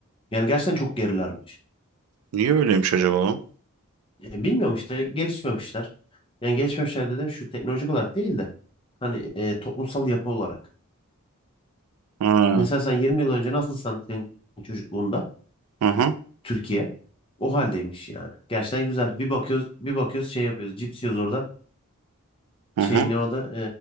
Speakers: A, on the left (about 25°); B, on the right (about 75°).
A: Yani gerçekten çok gerilermiş.
B: Niye böyleymiş acaba?
A: E, bilmiyorum işte gelişmemişler. Yani gelişmemişler dedim şu teknolojik olarak değil de hani e, toplumsal yapı olarak.
B: Ha.
A: Mesela sen 20 yıl önce nasılsan senin çocukluğunda
B: Hı hı.
A: Türkiye o haldeymiş yani. Gerçekten güzel. Bir bakıyoruz bir bakıyoruz şey yapıyoruz. Cips yiyoruz orada.
B: Hı
A: Şey
B: hı.
A: ne o da